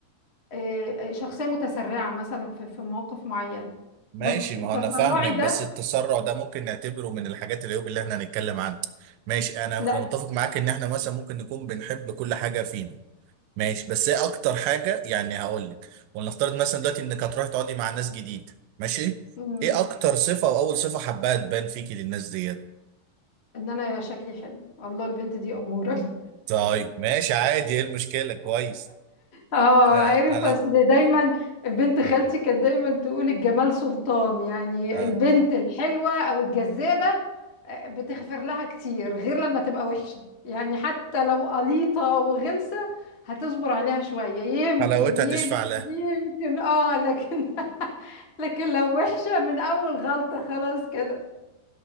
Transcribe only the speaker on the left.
إيه، شخصية متسرعة مثلا في في مواقف معينة
بس تسرعي
ده
لا
مم،
ان انا شكلي حلو الله البنت دي أمورة
اه
عارف
اصل دايما بنت خالتي كانت دايما تقول الجمال سلطان يعني
البنت الحلوة او الجذابة آه، بتغفر لها كتير غير لما تبقى وحشة يعني حتى لو قليطة وغلسة هتصبر عليها شوية يمكن
يمكن
يمكن اه لكن <laughs> لكن لو وحشة من اول غلطة خلاص كده